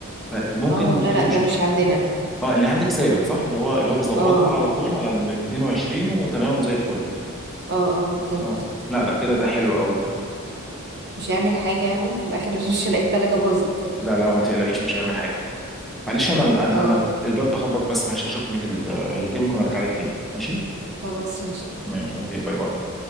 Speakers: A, in the centre; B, on the right.
A: فممكن
B: اه لا
A: انت
B: لا
A: مش
B: ده مش عندنا ده
A: اه اللي عندك ثابت صح اللي هو اللي هو بيظبطها
B: اه
A: على طول على ال 220 وتمام وزي الفل
B: اه اه بالظبط
A: اه لا لا كده ده حلو قوي ده
B: مش هيعمل حاجة يعني في الآخر <laughs> مش هلاقي التلاجة باظت
A: لا لا ما تقلقيش مش هيعمل حاجه معلش انا انا
B: اه
A: انا الباب بخبط بس ماشي هشوف مين اللي جه ممكن ارجع لك تاني ماشي
B: خلاص ماشي
A: ماشي اوكي باي باي